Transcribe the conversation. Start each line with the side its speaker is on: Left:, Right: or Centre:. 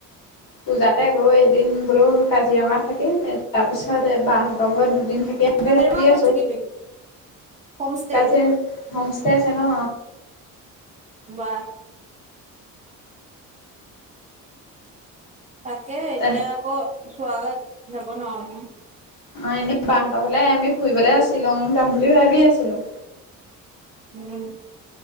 Left: পূজাতে গৈ এদিন বোলো কাজিৰঙাত থাকিম তাৰ পিছত এ বাহঁতৰ ঘৰত দুদিন থাকি- ম
Right: কাজিৰঙা
Left: বুলি ভাবি
Right: ক'ত
Left: আছো
Right: থাকিবি? হোমষ্টে
Left: তাই হোম ষ্টে আছে ন
Right: ৱাহ তাকে এতিয়া
Left: তেনে
Right: আকৌ চোৱালত যাব নোৱাৰো নহয়।
Left: অ এনে বাহঁতৰ ঘলে আমি ফুৰিবলে শ্বিলং যাম বুলি ভাবি আছিলো।
Right: উম